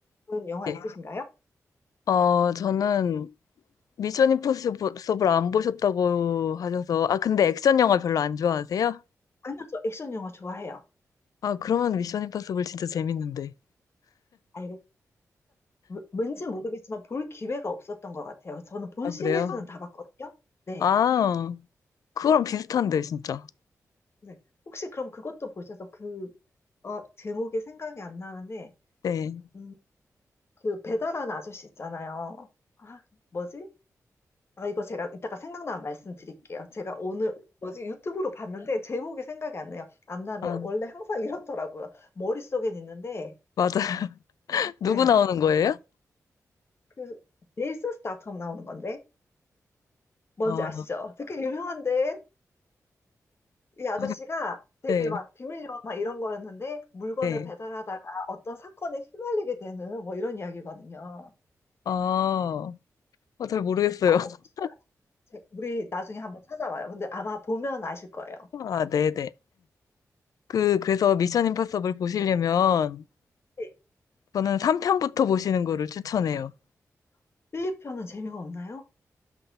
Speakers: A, on the left; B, on the left.
A: 주는 영화
B: 네.
A: 있으신가요?
B: 어, 저는 미션 임파서블 안 보셨다고 하셔서, 아, 근데 액션 영화 별로 안 좋아하세요?
A: 아니요, 저 액션 영화 좋아해요.
B: 아, 그러면 미션 임파서블 진짜 재밌는데.
A: 알겠어요. 왠지 모르겠지만 볼 기회가 없었던 것 같아요. 저는 본
B: 아,
A: 시리즈는
B: 그래요?
A: 다 봤거든요. 네.
B: 아, 그거랑 비슷한데, 진짜.
A: 네. 혹시 그럼 그것도 보셔서 그, 어, 제목이 생각이 안 나는데,
B: 네.
A: 음, 그 배달하는 아저씨 있잖아요. 아, 뭐지? 아, 이거 제가 이따가 생각나면 말씀드릴게요. 제가 오늘 뭐지 유튜브로 봤는데 제목이 생각이 안 나요. 안 나네요.
B: 아,
A: 원래 항상 이렇더라고요. 머릿속엔 있는데,
B: 맞아요. 누구
A: 네,
B: 나오는 거예요?
A: 그 제이슨 스타텀 나오는 건데 뭔지
B: 어,
A: 아시죠? 되게 유명한데 이 아저씨가
B: 아니,
A: 되게
B: 네,
A: 막 비밀요원 막 이런 거였는데 물건을
B: 네.
A: 배달하다가 어떤 사건에 휘말리게 되는 뭐 이런 이야기거든요.
B: 아, 어, 잘 모르겠어요.
A: 아마
B: <laughs>
A: 보시면 아, 제- 우리 나중에 한번 찾아봐요. 근데 아마 보면 아실 거예요.
B: 아, 네네. 그, 그래서 미션 임파서블 보시려면
A: 네.
B: 저는 3편부터 보시는 거를 추천해요.
A: 1, 2편은 재미가 없나요?